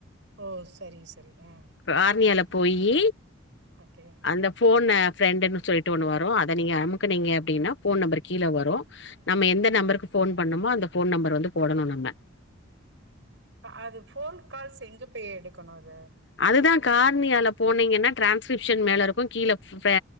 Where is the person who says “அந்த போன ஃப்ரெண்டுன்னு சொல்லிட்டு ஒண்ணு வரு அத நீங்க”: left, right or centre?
Left